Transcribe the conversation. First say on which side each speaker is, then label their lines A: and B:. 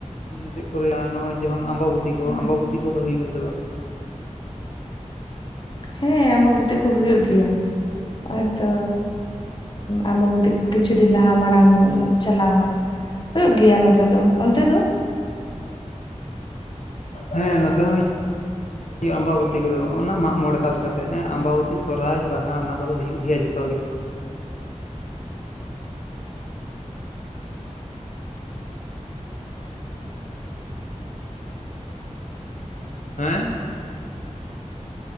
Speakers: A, on the left; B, on the left.
A: ᱪᱮᱫ ᱠᱚ ᱞᱟᱹᱭᱟ ᱱᱚᱜᱚᱭ ᱡᱮᱢᱚᱱ ᱟᱢᱵᱟᱵᱩᱛᱤ ᱠᱚ
B: ᱦᱩᱸ
A: ᱟᱢᱵᱟᱵᱩᱛᱤ ᱯᱩᱛᱷᱤ ᱠᱚᱫᱚ ᱦᱩᱭᱩᱜᱼᱟᱥ ᱥᱮ ᱵᱟᱝ
B: ᱦᱮᱸ ᱦᱮᱸ ᱟᱢ ᱵᱟᱵᱚᱛᱤ ᱠᱚ ᱦᱩᱭᱩᱜ ᱜᱮᱭᱟ ᱦᱛᱚ ᱟᱢᱵᱟᱵᱚᱛᱤ ᱠᱚ ᱠᱤᱪᱷᱩ ᱫᱤᱱ ᱞᱟᱦᱟ ᱢᱟᱲᱟᱝ ᱪᱟᱞᱟᱣᱱᱟ ᱦᱩᱭᱩᱜ ᱜᱮᱭᱟ ᱱᱚᱛᱮ ᱫᱚ ᱚᱱᱛᱮ ᱫᱚ
A: ᱦᱮᱸ ᱱᱚᱛᱮ ᱦᱚᱸ ᱦᱩᱭᱩᱜ ᱟᱢᱵᱟᱵᱚᱛᱤ ᱠᱚᱫᱚ ᱚᱱᱟ ᱢᱟᱜ ᱢᱚᱬᱮ ᱵᱟᱫ ᱠᱟᱛᱮᱫ ᱟᱢᱵᱟᱵᱛᱤ ᱥᱚᱨᱦᱟᱭ ᱵᱟᱦᱟ ᱚᱱᱟ ᱠᱚᱫᱚ ᱦᱩᱭᱩᱜ ᱜᱮᱭᱟ ᱡᱚᱛᱚ ᱜᱮ ᱦᱮᱸ